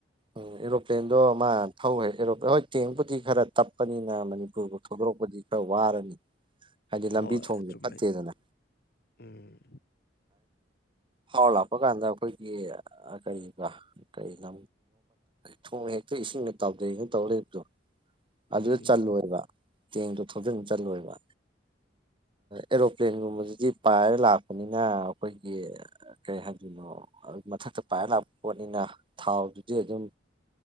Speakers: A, on the right; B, on the left.
A: ꯎ ꯑꯦꯔꯣꯄ꯭ꯂꯦꯟꯗꯣ ꯃꯥ ꯣꯏ ꯍꯣꯏꯔ ꯍꯣꯏ ꯇꯦꯡꯕꯨꯨꯗꯤ ꯈꯔ ꯇꯞꯄꯅꯤꯅ ꯃꯅꯤꯄꯨꯔꯕꯨ ꯊꯣꯏꯗꯣꯔꯛꯄꯗꯤ ꯈꯔ ꯋꯥꯔꯅꯤ ꯍꯥꯏꯗꯤ
B: ꯍꯣꯏ
A: ꯂꯝꯕꯤ ꯊꯣꯡꯁꯨꯦ
B: ꯆꯨꯝꯃꯦ
A: ꯐꯠꯇꯦꯗꯅ
B: ꯎꯝ
A: ꯍꯥꯎꯂꯄ ꯀꯥꯟꯗ ꯑꯩꯈꯣꯏꯒꯤ ꯀ ꯀꯔꯤꯅ ꯊꯣꯡ ꯍꯦꯛꯇ ꯏꯁꯤꯡꯅ ꯇꯥꯎꯗꯩꯅ ꯇꯧꯕꯗꯣ ꯑꯗꯨꯗ
B: ꯎꯝ ꯎꯝ
A: ꯆꯜꯂꯣꯏꯕ
B: ꯎꯝ
A: ꯇꯦꯡꯗꯣ ꯊꯣꯖꯤꯤꯟ ꯆꯜꯂꯣꯏꯕ ꯑꯦꯔꯣꯄ꯭ꯂꯦꯟꯒꯨꯝꯕꯗꯨꯗꯤ ꯄꯥꯏꯔ ꯂꯥꯛꯄꯅꯤꯅ ꯑꯩꯈꯣꯏꯒꯤ ꯀꯩ ꯍꯥꯏꯗꯣꯏꯅꯣ ꯃꯊꯛꯇ ꯄꯥꯏꯔ ꯂꯥꯛꯄ ꯄꯣꯠꯅꯤꯅ ꯊꯥꯎꯗꯨꯗꯤ ꯑꯗꯨꯝ